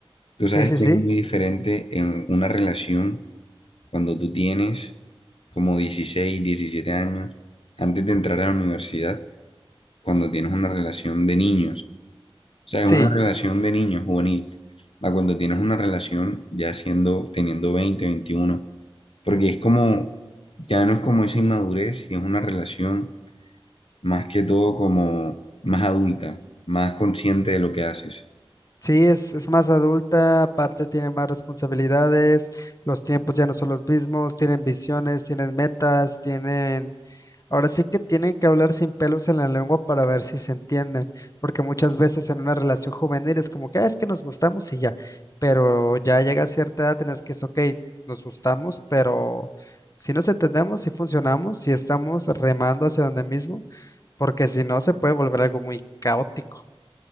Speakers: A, on the left (about 65°); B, on the left (about 35°).
A: Tú sabes
B: Sí, sí,
A: que
B: sí.
A: es muy diferente en una relación cuando tú tienes como 16 17 años, antes de entrar a la universidad, cuando tienes una relación de niños. O sea, es
B: Sí,
A: una relación de niños juvenil, a cuando tienes una relación ya siendo, teniendo veinte veintiuno porque es como, ya no es como esa inmadurez, y es una relación más que todo como más adulta, más consciente de lo que haces.
B: sí, es, es más adulta, aparte tiene más responsabilidades, los tiempos ya no son los mismos, tienen visiones, tienen metas, tienen... Ahora sí que tienen que hablar sin pelos en la lengua para ver si se entienden, porque muchas veces en una relación juvenil es como que "Ah, es que nos gustamos y ya, pero ya llega a cierta edad en la que es ok, nos gustamos, pero si nos entendemos, si funcionamos, si estamos remando hacia donde mismo, porque si no se puede volver algo muy caótico.